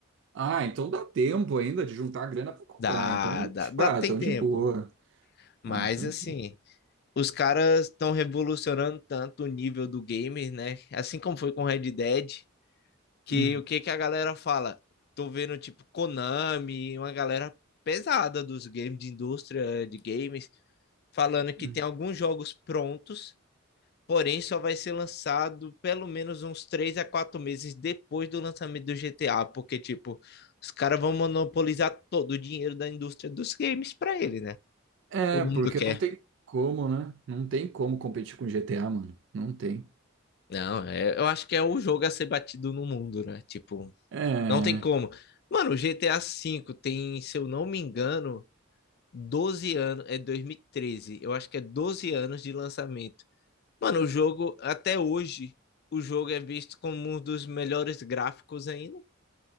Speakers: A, on the right (about 60°); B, on the left (about 50°).
A: Ah, então dá tempo ainda de juntar a grana pra comprar.
B: Dá,
A: Então,
B: dá,
A: tipo,
B: dá,
A: ah,
B: tem
A: tão
B: tempo.
A: de boa.
B: Mas
A: Ah, tão
B: assim,
A: de boa.
B: os caras estão revolucionando tanto o nível do game, né? Assim como foi com Red Dead, Que
A: Hum,
B: o que que a galera fala? Tô vendo tipo Konami, uma galera pesada dos games de indústria de games, falando que
A: hum.
B: tem alguns jogos prontos, porém só vai ser lançado pelo menos uns 3 a 4 meses depois do lançamento do GTA, porque tipo, os caras vão monopolizar todo o dinheiro da indústria dos games para ele, né?
A: É,
B: Todo
A: porque
B: mundo quer.
A: não tem como, né? Não tem como competir com GTA, mano. Não tem.
B: Não, é- eu acho que é o jogo a ser batido no mundo, né? Tipo,
A: É.
B: não tem como. Mano, o GTA V tem, se eu não me engano, doze anos, é dois mil e treze eu acho que é 12 anos de lançamento. Mano, o jogo, até hoje, o jogo é visto como um dos melhores gráficos ainda.